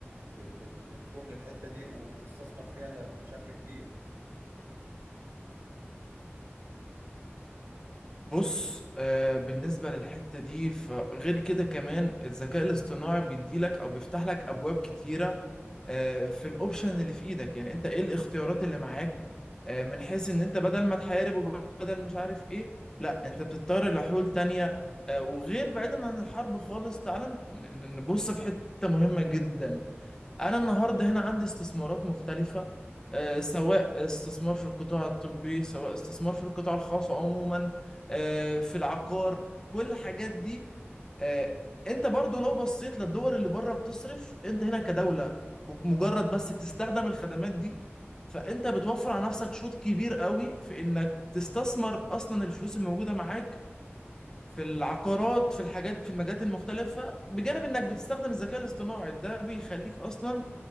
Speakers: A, on the right; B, on the left.
A: ب- بت- بتروح للحته دي وبتستثمر فيها بشكل كبير
B: بص آه بالنسبة للحتة دي فغير كده كمان الذكاء الاصطناعي بيديلك أو بيفتح لك أبواب كتيرة آه في الأوبشن اللي في إيدك يعني أنت إيه الاختيارات اللي معاك آه من حيث إن أنت بدل ما تحارب وبدل مش عارف إيه لا أنت بتضطر لحلول تانية آه وغير بعيدا عن الحرب خالص تعال ن- ن- نبص في حتة مهمة جدا انا النهارده هنا عندي استثمارات مختلفه آه، سواء استثمار في القطاع الطبي سواء استثمار في القطاع الخاص عموما آه، في العقار كل الحاجات دي آه، انت برضو لو بصيت للدول اللي بره بتصرف انت هنا كدولة مجرد بس بتستخدم الخدمات دي فانت بتوفر على نفسك شوط كبير قوي في انك تستثمر اصلا الفلوس الموجودة معاك في العقارات في الحاجات في المجالات المختلفة بجانب انك بتستخدم الذكاء الاصطناعي ده بيخليك اصلا